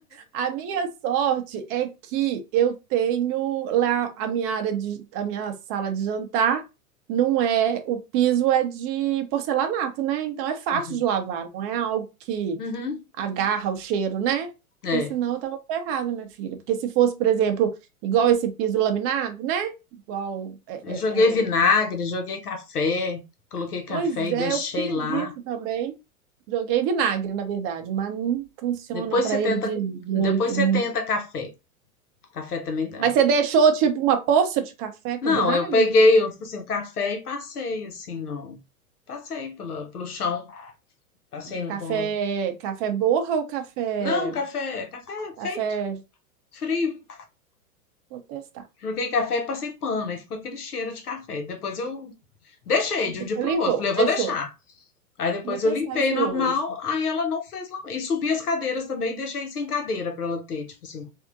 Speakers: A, on the right; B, on the left.
A: A minha sorte é que eu tenho lá a minha área de a minha sala de jantar não é o piso é de porcelanato, né? Então é fácil
B: Uhum.
A: de lavar, não é algo que
B: Uhum.
A: agarra o cheiro, né? Porque
B: É,
A: senão eu tava ferrada, minha filha. Porque se fosse, por exemplo, igual esse piso laminado, né? Igual é,
B: eu joguei
A: é,
B: vinagre,
A: é,
B: joguei café, coloquei café
A: Pois
B: e
A: é,
B: deixei
A: eu fiz
B: lá.
A: isso também. Joguei vinagre, na verdade, mas não funciona
B: Depois
A: para
B: você tenta,
A: ele de jeito
B: depois você
A: nenhum.
B: tenta café. Café também dá.
A: Mas você deixou tipo uma poça de café com
B: Não,
A: vinagre?
B: eu peguei, eu, tipo assim, o café e passei assim, não. Passei pela, pelo chão, passei no
A: Café,
B: coisa.
A: café borra ou café,
B: Não, café, café é feito,
A: café?
B: frio.
A: Vou testar.
B: Joguei café e passei pano, aí ficou aquele cheiro de café. Depois eu deixei de um
A: Depois
B: dia pro
A: limpou,
B: outro. Falei, eu vou
A: deixou.
B: deixar. Aí depois
A: Vou testar
B: eu limpei
A: isso
B: normal,
A: hoje.
B: aí ela não fez lá. E subi as cadeiras também e deixei sem cadeira pra ela ter, tipo assim.